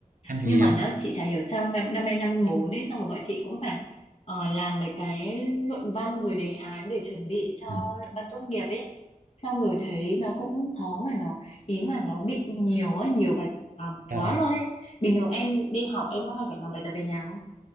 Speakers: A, on the right (about 80°); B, on the left (about 45°).
A: em thì
B: nhưng
A: hiếm
B: mà nhớ chị chả hiểu sao năm năm nay năm bốn ấy xong rồi bọn chị cũng phải ờ, làm mấy cái luận văn rồi đề án để chuẩn bị cho
A: ừ.
B: luận văn tốt nghiệp ấy xong rồi thấy nó cũng khó mà nó ý là nó bị nhiều ấy nhiều bài tập
A: Ờ,
B: quá luôn ấy bình thường em đi học em có hay phải làm bài tập về nhà không